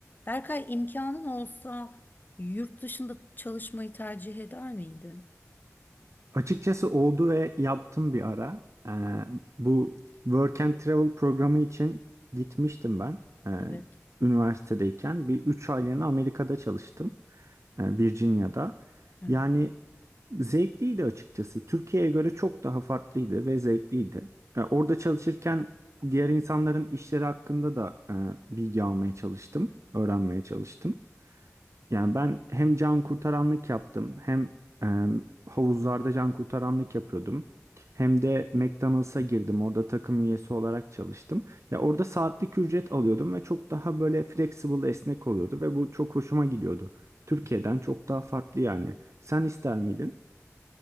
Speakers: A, on the left; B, on the right.
A: Berkay imkanın olsa yurt dışında çalışmayı tercih eder miydin?
B: Açıkçası oldu ve yaptım bir ara. Ee, bu Work and Travel programı için gitmiştim ben. Ee,
A: Evet.
B: üniversitedeyken bir 3 aylığına Amerika'da çalıştım. Ee, Virginia'da.
A: Evet.
B: Yani zevkliydi açıkçası. Türkiye'ye göre çok daha farklıydı ve zevkliydi. Ee, orada çalışırken diğer insanların işleri hakkında da e, bilgi almaya çalıştım, öğrenmeye çalıştım. Yani ben hem can kurtaranlık yaptım hem e, havuzlarda can kurtaranlık yapıyordum. Hem de McDonald's'a girdim. Orada takım üyesi olarak çalıştım. Ya orada saatlik ücret alıyordum ve çok daha böyle flexible, esnek oluyordu ve bu çok hoşuma gidiyordu. Türkiye'den çok daha farklı yani. Sen ister miydin?